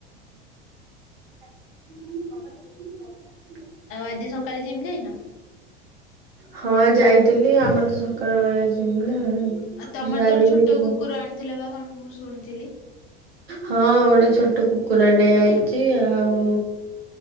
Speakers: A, on the right; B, on the left.
A: <inaudible>
B: ଆଉ ଆଜି ସକାଳେ ଜିମ ଯାଇନ?
A: ହଁ ଯାଇଥିଲି ଆମର ତ ସକାଳୁ ବେଳେ ଜିମ୍ ନା
B: ଆଉ ତମର
A: ଯାହାବି
B: ତ ଗୋଟେ
A: ହେଲେ
B: ଛୋଟ
A: ଯିବା।
B: କୁକୁର ଆଣିଥିଲା ବା କଣ ମୁଁ ଶୁଣିଥିଲି।
A: ହଁ ଗୋଟେ ଛୋଟ କୁକୁର ଟେ ଆଇଛି ଆଉ।